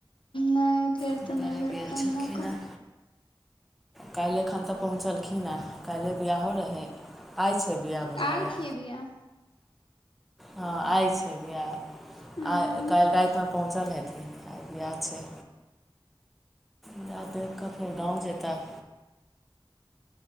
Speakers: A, on the left; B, in the centre.
A: नहि फेर
B: ताहि
A: तऽ
B: दुआरे
A: नहि भेटतनि
B: गेल छलखिन
A: मौका।
B: हेँ काल्हि एखन तऽ पहुँचलखिन हेँ काल्हिए बियाहहो रहै। आइ छै बिहा बुझा
A: आइ
B: या
A: छियै बियाह
B: हँ आइ छै बिहा
A: हूँ
B: आ काल्हि रातिमे पहुँचल हेथिन आ बिहा छै। विहा देखि कऽ फेर गाँव जेतैय।